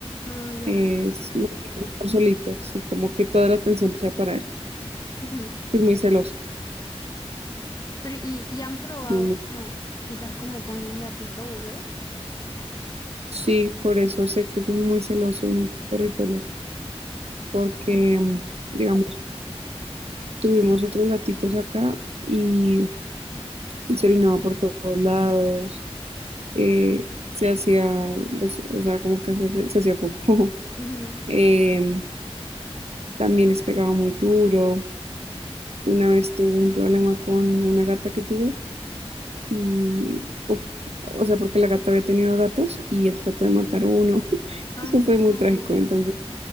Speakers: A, on the left; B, on the right.
A: Ah, ya.
B: es
A: ok.
B: más bien por solito, así como que toda la atención sea para él,
A: Ujú.
B: porque es muy celoso.
A: Pero, ¿y, y han probado
B: muy, muy-
A: como, quizás como con un gatito bebé?
B: Sí, por eso sé que es muy celoso y muy territorial, porque
A: Como-
B: mm, digamos, tuvimos otros gatitos acá y se orinaba por todos lados, eh, se hacía, pues, o sea, como que se, hace- se hacía popó. <laughs>
A: ujú.
B: em, También les pegaba muy duro. Una vez tuve un problema con una gata que tuve y, uf, o sea, porque la gata había tenido gatos y él trató de matar a uno. <laughs>
A: Ay,
B: Eso fue
A: no.
B: muy trágico. Entonces,